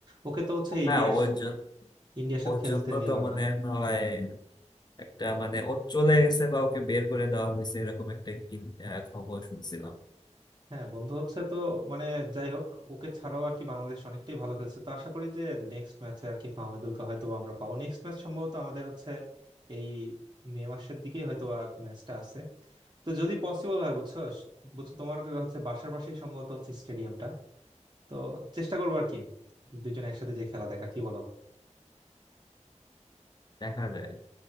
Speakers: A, on the right; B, on the left.
A: ওকে তো হচ্ছে
B: হ্যাঁ
A: ইন্ডিয়ার
B: ওর জন্য
A: ইন্ডিয়ার সাথে
B: ওর
A: খেলতে
B: জন্য
A: নিল
B: তো মনে
A: না
B: হয় একটা মানে ও চলে গেছে বা ওকে বের করে দেওয়া হয়েছে এরকম একটা কি আহ, খবর শুনছিলাম
A: হ্যাঁ বন্ধু হচ্ছে তো মানে যাই হোক ওকে ছাড়াও আর কি বাংলাদেশ অনেকটাই ভালো খেলছে তো আশা করি যে নেক্সট ম্যাচে আর কি ফাহামিদুলকে হয়তো বা আমরা পাবো নেক্সট ম্যাচ সম্ভবত আমাদের হচ্ছে এই মে মাসের দিকেই হয়তো বা ম্যাচটা আছে তো যদি পসিবল হয় বুঝছো বুঝছো তোমার হচ্ছে বাসার পাশেই সম্ভবত হচ্ছে স্টেডিয়ামটা তো চেষ্টা করবো আর কি দুইজন একসাথে যে খেলা দেখার কি বলো
B: দেখা যায়